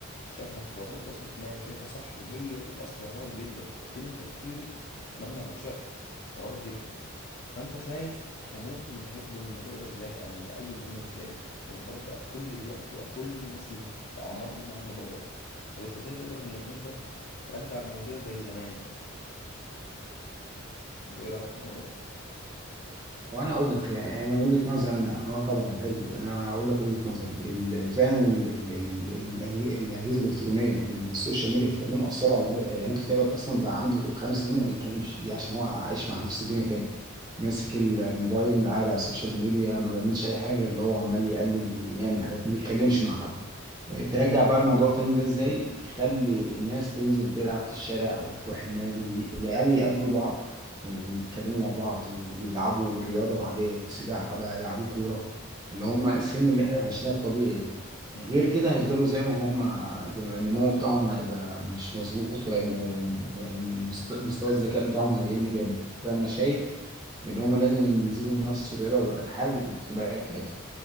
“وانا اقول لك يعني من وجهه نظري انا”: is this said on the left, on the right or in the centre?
Right